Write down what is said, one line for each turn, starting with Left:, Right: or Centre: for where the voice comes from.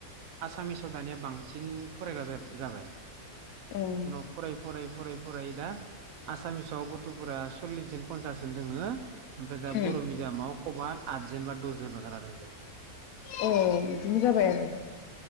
Right: आसामिसाव दानिया बांसिन फरायग्रा जाबाय
Left: ओं
Right: उनाव फरायै फरायै फराय फरायै दा आसामिसाव गथ'फोरा सल्लिस जोन पनसास जन दोङो ओमफाय दा
Left: अ
Right: बर' मिडियामाव आदजोन बा दसजोनल' जाना दंजाहैबाय
Left: औ इदिनो जाबाय आरो